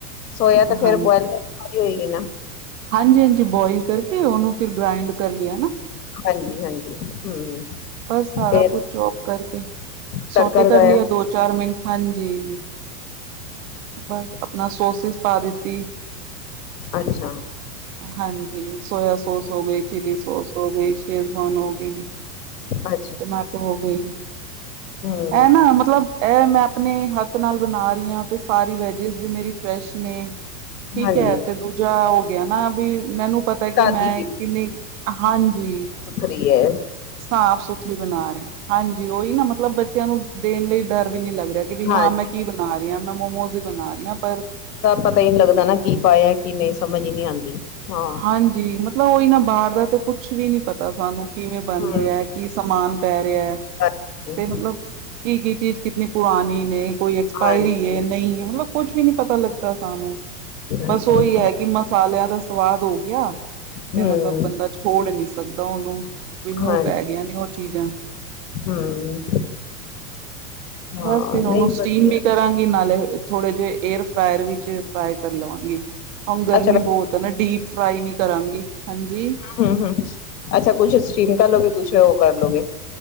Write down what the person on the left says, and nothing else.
ਸੋਇਆ ਤੇ ਫੇਰ
ਬੋਏਲ ਪੱਕੀ ਹੋਏਗੀ ਨਾ।
ਹਾਂਜੀ, ਹਾਂਜੀ ਹੂੰ।
ਫੇਰ
ਤੜਕਾ ਲਗਾਇਆ
ਅੱਛਾ।
ਅ
ਹੂੰ।
ਹਾਂਜੀ।
ਘਰ
ਦੀ
ਫਰੀ ਹ
ਹਾਂਜੀ
ਪਤਾ ਹੀ ਨਹੀਂ ਲੱਗਦਾ ਨਾ ਕੀ ਪਾਇਆ ਕੀ ਨਹੀਂ ਸਮਝ ਹੀ ਨਹੀਂ ਆਉਂਦੀ। ਹਾਂ।
ਹਮ
ਹਾਂਜੀ
ਹਾਂਜੀ
ਹਾਂਜੀ
ਉਹ ਤਾਂ
ਹਮ
ਹਾਂ
ਹਮ ਹਾਂ
ਨਹੀਂ
ਵਧੀਆ
ਅੱਛਾ ਹਮ
ਹਮ ਹਮ ਅੱਛਾ ਕੁੱਛ ਸਟੀਮ ਕਰ ਲੋਗੇ ਕੁਛ ਉਹ ਕਰਲਗੇ